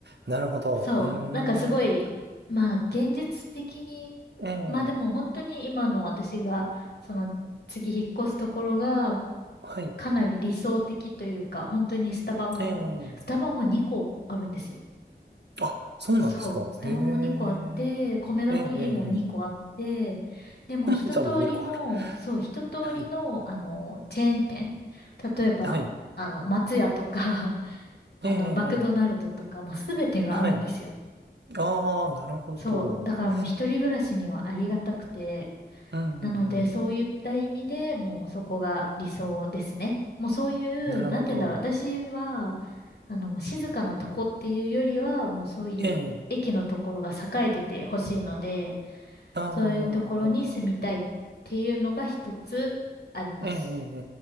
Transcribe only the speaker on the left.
そう、
なんかすごい、まあ、現実的に、
まあでも本当に今の私が、その、次引っ越すところが、
かなり理想的というか、本当にスタバも、
スタバも2個あるんですよ。
そう。スタバも2個あって、
コメダコーヒーも2個あって、でも一通りの、
そう、一通りの、
あの、チェーン店。例えば、
あの、松屋とか、<laughs> あの、
マクドナルドとか、もうすべてがあるんですよ。
そう。だからもう一人暮らしにはありがたくて、
なので、そういった意味でもうそこが理想ですね。もうそういう、
なんて言うんだろう。私は、あの、静かなとこっていうよりは、もうそういう駅のところが栄えててほしいので、
そういうところに住みたいっていうのが一つあります。